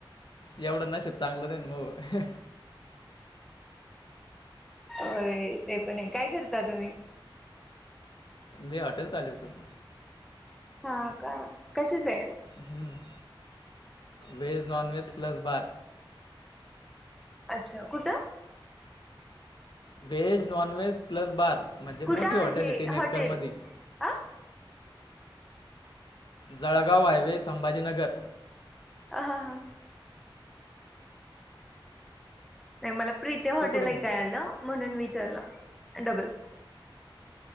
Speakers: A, on the left; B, in the centre.
A: एवढं नसीब चांगलं नाही मग,
B: अ ते पण काय करता तुम्ही?
A: मी हॉटेल चालवितो.
B: हा का कशीच आहे.
A: ह् veg non- veg plus bar
B: अच्छा कुठं,
A: veg non - veg plus bar म्हणजे, मोठी
B: कुठं
A: हॉटेल आहे तीन
B: हॉटेल
A: एकर मध्ये.
B: आ
A: जळगाव हायवे संभाजीनगर,
B: आ हां हां नाही मला प्रीत हॉटेल
A: तू कुठून
B: ऐकाय आलं म्हणून विचारलं डबल.